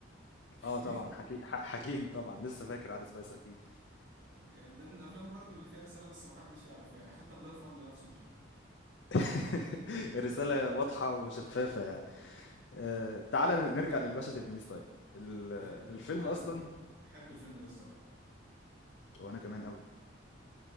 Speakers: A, on the right; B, on the left.
A: <laughs>
B: اه طبعا حكي... ح- حكيم طبعا لسه فاكر علي سبايس اكيد
A: يعني ده من الافلام برضو اللي فيها رساله بس ما حدش يعرف يعني حتى بلال فضل نفسه مش عارف
B: <laughs> الرساله واضحه وشفافه يعني آه، تعالى نرجع للباشا تلميذ طيب ال-
A: آه،
B: الفيلم
A: انا
B: اصلا
A: بحب الفيلم ده الصراحه
B: وانا كمان قوي